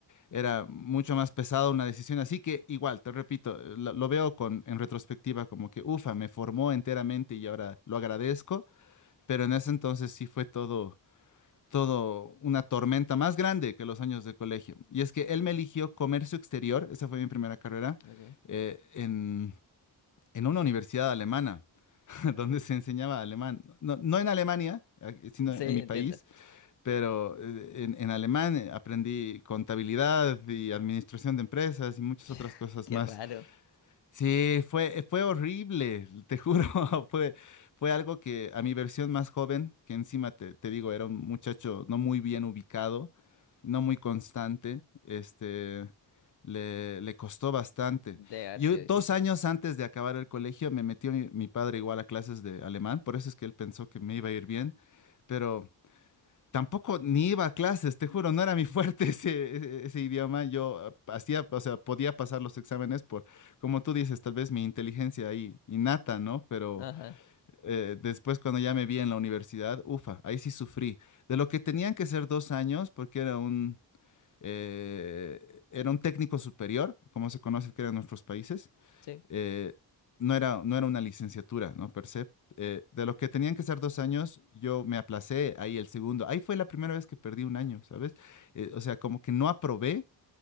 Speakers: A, on the left; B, on the left.
A: era mucho más pesado una decisión así que igual, te repito, lo, lo veo con en retrospectiva como que ufa, me formó enteramente y ahora lo agradezco, pero en ese entonces sí fue todo todo una tormenta más grande que los años de colegio. Y es que él me eligió comercio exterior, esa fue mi primera carrera,
B: Okay.
A: eh, en, en una universidad alemana, <laughs> donde se enseñaba alemán. No, no en Alemania, eh, sino
B: Sí,
A: en mi
B: entiendo.
A: país, pero eh, en, en alemán eh, aprendí contabilidad y administración de empresas y muchas
B: <laughs>
A: otras cosas
B: Qué
A: más.
B: raro.
A: Sí, fue, eh, fue horrible, te juro, <laughs> fue, fue algo que a mi versión más joven, que encima te, te digo, era un muchacho no muy bien ubicado, no muy constante, este, le, le costó bastante.
B: Debe haber
A: Yo
B: sido
A: dos
B: difícil.
A: años antes de acabar el colegio me metió mi, mi padre igual a clases de alemán, por eso es que él pensó que me iba a ir bien, pero Tampoco ni iba a clases, te juro, no era mi fuerte <laughs> ese, ese- ese idioma. Yo ah, hacía, o sea, podía pasar los exámenes por, como tú dices, tal vez mi inteligencia ahí innata, ¿no? Pero
B: Ajá,
A: eh, después cuando ya me vi en la universidad, ufa, ahí sí sufrí. De lo que tenían que ser dos años, porque era un, eh, era un técnico superior, como se conoce que eran nuestros países,
B: sí,
A: eh, no era, no era una licenciatura, ¿no? Per se. Eh, de lo que tenían que ser dos años, yo me aplacé ahí el segundo. Ahí fue la primera vez que perdí un año, ¿sabes? Eh, o sea, como que no aprobé,